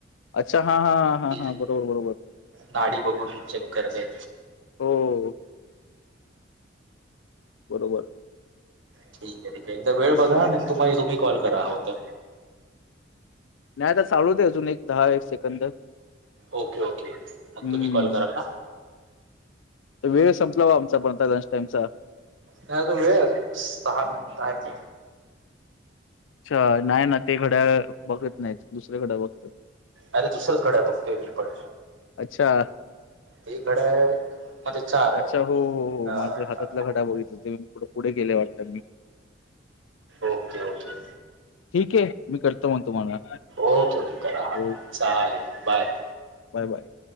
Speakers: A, on the left (about 85°); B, on the right (about 85°).
A: अच्छा हा हा हा हा
B: की
A: हा बरोबर बरोबर..
B: नाडी बघून चेक करते...
A: हो, बरोबर...
B: ठीक आहे ठीके एकदा वेळ बघा तुम्हा तुम्ही कॉल करा आहो तर..
A: नाही आता चालू दे अजून एक दहा एक सेकंद..
B: ओके ओके मग
A: हं.
B: तुम्ही कॉल कराल ना...
A: वेळ संपलावा आमचा पणता लंच टाईमचा...
B: नाही त व सहा मिट आहे...
A: अच्छा नाही ना ते घड्या बघत नाहीत दुसऱ्या घड्या बघतात..
B: अरे दुसरंच घडा आहे बघतोय मीपट...
A: अच्छा...
B: ते घड्याळ आहे. मध्ये चार
A: अच्छा हो हो हो
B: हा
A: माझ हातातला
B: हा,
A: घडा बघितलं ते पुे पुढे... गेले वाटतात मी..
B: ओके ओके...
A: ठीक आहे मी करतो मग तुम्हाला
B: ओके ओके करा हा
A: ओके
B: चालेल बाय...
A: बाय बाय...